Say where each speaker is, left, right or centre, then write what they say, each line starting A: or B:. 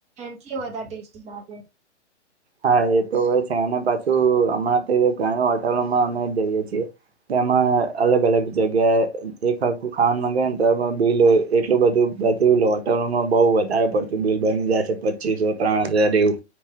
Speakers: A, on the right; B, on the right.
A: એનથી વધારે ટેસ્ટી લાગે.
B: હા એ તો હોય છે અને પાછું હમણાં તો ઘણી હોટલોમાં અમે જઈએ છીએ. તે તેમાં અલગ-અલગ જગ્યાએ એક હરખું ખાવા માંગયે ને તો એમાં બિલ એટલું બધું બ હોટલમાં બઉુ વધારે પડતું બિલ બની જાયશે, પચીસો ત્રણ હજાર એવું